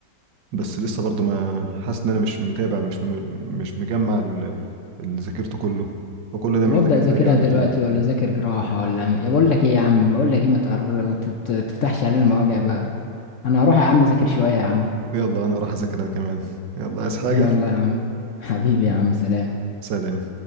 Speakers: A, on the right; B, on the left.
A: بس لسه برضه ما حاسس ان انا مش متابع مش م... مش مجمع ال- اللي ذاكرته كله فكل ده
B: طب
A: محتاج
B: ابدا
A: يتراجع
B: اذاكرها
A: عليه
B: دلوقتي
A: تاني
B: ولا اذاكر جراحه ولا أعمل- إيه؟ بقول لك ايه يا عم بقول لك ايه ما تقر... ما تت- تفتحش علينا المواجع بقى انا هروح يا عم اذاكر شويه يا عم
A: يلا انا راح اذاكر انا كمان يلا عايز حاجه
B: يلا يا عم حبيبي يا عم سلام
A: سلام